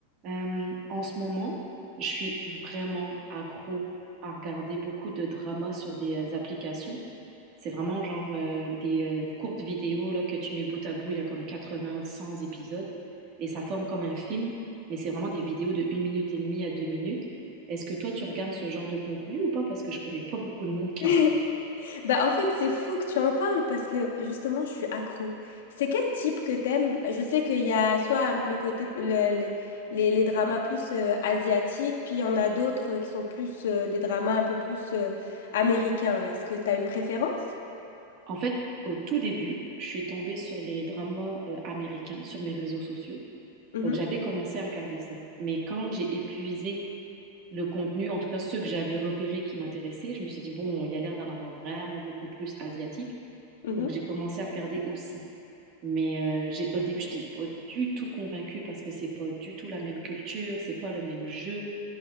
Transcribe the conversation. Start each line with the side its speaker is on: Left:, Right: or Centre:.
Right: Euh, en ce moment, je suis vraiment accro à regarder beaucoup de dramas sur des euh, applications. C'est vraiment genre euh, des euh, courtes vidéos là, que tu mets bout à bout, il y a comme 80, 100 épisodes, et ça forme comme un film, mais c'est vraiment des vidéos de une minute et demie à 2 minutes. Est-ce que toi, tu regardes ce genre de contenu ou pas? Parce que je connais pas beaucoup de monde qui
Left: <laughs>
Right: en... regarde.
Left: Bah en fait, c'est fou que tu en parles parce que justement, je suis accro. C'est quel type que t'aimes? Je sais qu'il y a soit le côté le- les, les, les dramas plus euh, asiatiques, puis il y en a d'autres euh, qui sont plus euh, des dramas un peu plus euh, américains. Est-ce que t'as une préférence?
Right: En fait, au tout début, je suis tombée sur les dramas euh, américains sur mes réseaux sociaux.
Left: Mhm,
Right: Donc j'avais commencé à regarder ça. Mais quand j'ai épuisé le contenu, en tout cas ceux que j'avais repérés qui m'intéressaient. Je me suis dit, bon, il y a l'air d'en avoir vraiment beaucoup plus asiatique.
Left: mhm.
Right: Donc j'ai commencé à regarder aussi. Mais euh, j'ai, au début, je n'étais pas du tout convaincue parce que c'est pas du tout la même culture, c'est pas le même jeu.